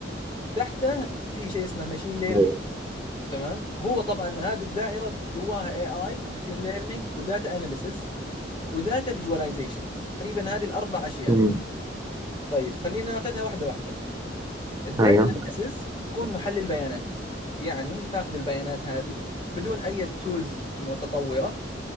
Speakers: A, on the left (about 25°); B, on the right (about 20°).
A: تحته في شيء اسمه ماشين ليرنينج
B: ايوه
A: تمام هو طبعا هذه الدائره جواها اي اي وماشين ليرنينج وداتا اناليسز وداتا فيجواليزيشن تقريبا هذه الاربع اشياء
B: أمم،
A: طيب خلينا ناخذها واحده واحده الداتا
B: ايوه
A: اناليسز تكون محلل بيانات يعني تاخذ البيانات هذه بدون اي تولز متطوره